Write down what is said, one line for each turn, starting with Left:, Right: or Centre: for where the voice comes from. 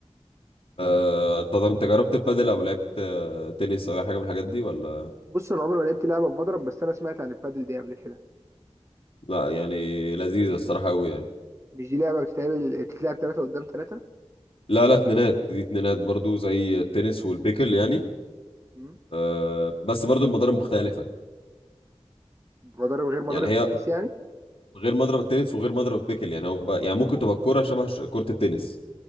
Left: آه طب انت جربت البادل او لعبت آه تنس او اي حاجه من الحاجات دي ولا
Right: بص انا عمري ما لعبت لعبه بمضرب بس انا سمعت عن البادل دي قبل كده
Left: لا يعني لذيذة
Right: مش
Left: الصراحة أوي يعني
Right: مش دي لعبه بتتعمل بتتلعب ثلاثه قدام ثلاثه
Left: لا لا اتنينات دي اتنينات برضو زي التنس والبيكل يعني
Right: امم
Left: آه، بس برضو المضارب مختلفة
Right: مضارب غير مضارب
Left: يعني هي
Right: التنس يعني
Left: غير مضرب التنس وغير مضرب البيكل يعني هو بقى يعني ممكن تبقى الكورة شبه ش- كرة التنس